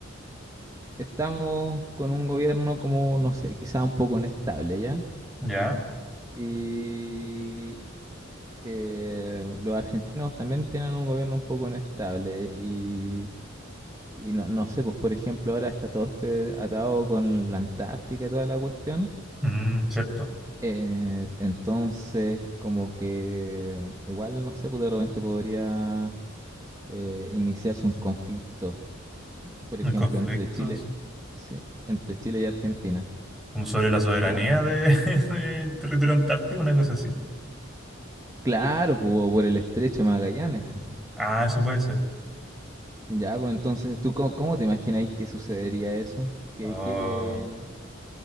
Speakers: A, on the right; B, in the centre.
A: estamos con un gobierno como, no sé, quizá un poco inestable, ¿ya?
B: ya.
A: Y eh, los argentinos también tienen un gobierno un poco inestable y... Y no, no sé, pues por ejemplo ahora está todo este atado con la Antártica y toda la cuestión.
B: Mm, cierto.
A: Eh, entonces, como que igual, no sé, pues de repente podría eh, iniciarse un conflicto, por ejemplo,
B: Conflictos.
A: entre Chile, sí, entre Chile y Argentina.
B: Como sobre la soberanía
A: Ya,
B: de, <laughs> del territorio antártico, una cosa así.
A: claro, pues, o por el estrecho de Magallanes. pues.
B: Ah, eso puede ser.
A: Ya, pues entonces, ¿tú cómo, cómo te imagináis que sucedería eso? ¿Qué,
B: Oh,
A: qué,